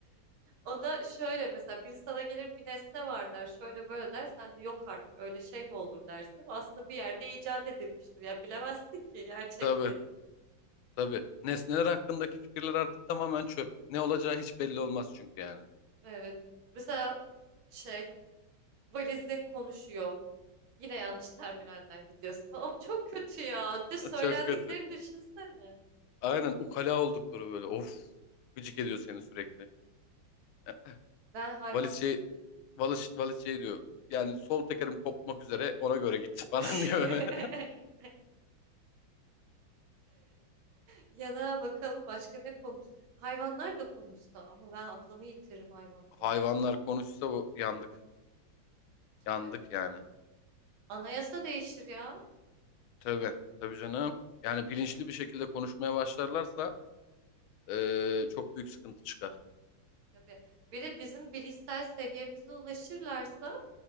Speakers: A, on the right (about 80°); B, on the left (about 85°).
A: O da şöyle mesela biri sana gelir bir nesne var der, şöyle böyle der, sen de yok artık öyle şey mi olur dersin. Aslında bir yerde icat edilmiştir ya bilemezsin ki gerçekliğini.
B: Tabii, tabii. Nesneler hakkındaki fikirler artık tamamen çöp. Ne olacağı hiç belli olmaz çünkü yani.
A: Evet. Mesela şey valizin konuşuyor. Yine yanlış terminalden gidiyorsun. Abi çok kötü ya. Bir de söylendiklerini
B: <laughs> Çok kötü.
A: düşünsene.
B: Aynen ukala oldukları böyle. Of. Gıcık ediyor seni sürekli. E,
A: Ben hayvan
B: Valiz şey, valiz, valiz şey diyor. Yani sol tekerim kopmak üzere ona göre git <laughs> falan
A: <laughs>
B: diye böyle.
A: ya da bakalım başka ne konuş. Hayvanlar da konuşsa ama ben aklımı yitiririm hayvan konusunda.
B: <laughs> Hayvanlar konuşsa bu yandık.
A: Tabii
B: Yandık yani.
A: anayasa değişir ya.
B: Tabii, tabii canım. Yani bilinçli bir şekilde konuşmaya başlarlarsa eee, çok büyük sıkıntı çıkar.
A: Tabii. Bir de bizim bilişsel seviyemize ulaşırlarsa